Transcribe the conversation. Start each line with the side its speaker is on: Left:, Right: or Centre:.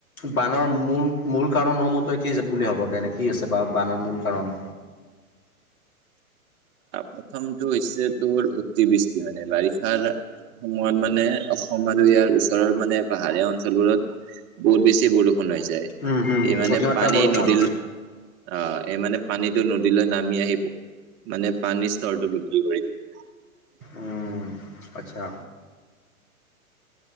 Left: বানৰ মূল মূল কাৰণসমূহ তই কি বুলি ভবা তেনে কি আছে বা বানৰ মূল কাৰণ।
Right: প্ৰথমটো হৈছে তোৰ অতিবৃষ্টি মানে বাৰিষাৰ সময়ত মানে অসম আৰু ইয়াৰ ওচৰৰ মানে পাহাৰীয়া অঞ্চলবোৰত বহুত বেছি বৰষুণ হৈ যায়,
Left: উম হুম
Right: এই মানে
Left: অতিমাত্ৰা
Right: পানী
Left: বৰষুণ
Right: নদীৰ অ' এই মানে পানীতটো নদীলৈ নামি আহিব। মানে পানীৰ স্তৰটো বৃদ্ধি কৰি দিয়ে।
Left: উম আচ্ছা।